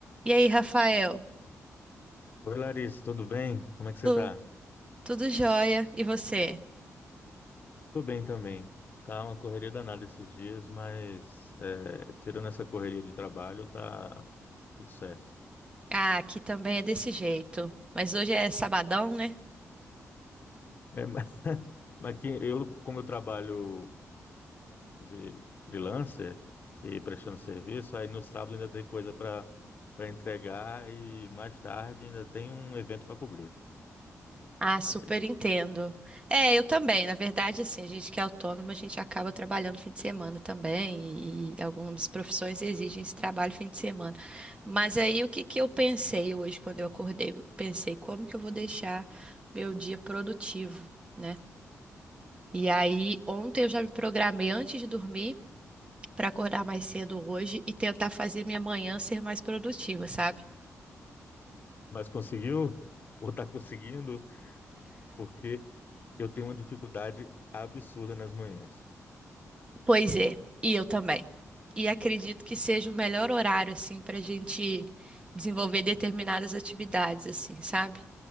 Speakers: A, on the right (about 20°); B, on the left (about 35°).
A: E aí, Rafael?
B: Oi, Larissa, tudo bem? Como é que você
A: Tu-
B: tá?
A: tudo jóia? E você?
B: Tô bem também. Tá uma correria danada esses dias, mas é, tirando essa correria de trabalho, tá tudo certo.
A: Ah, aqui também é desse jeito. Mas hoje é sabadão, né?
B: É, mas, <laughs> mas que eu, como eu trabalho de freelancer e prestando serviço, aí no sábado ainda tem coisa para para entregar e mais tarde ainda tem um evento para cobrir.
A: Ah, super
B: Aí,
A: entendo. É, eu também. Na verdade, assim, a gente que é autônomo, a gente acaba trabalhando fim de semana também. E algumas profissões exigem esse trabalho fim de semana. Mas aí, o que que eu pensei hoje quando eu acordei? Pensei, como que eu vou deixar meu dia produtivo, né? E aí, ontem eu já me programei antes de dormir. para acordar mais cedo hoje e tentar fazer minha manhã ser mais produtiva, sabe?
B: mas conseguiu? Ou tá conseguindo? Porque eu tenho uma dificuldade absurda nas manhãs.
A: Pois é, e eu também. E acredito que seja o melhor horário, assim, para a gente desenvolver determinadas atividades, assim, sabe?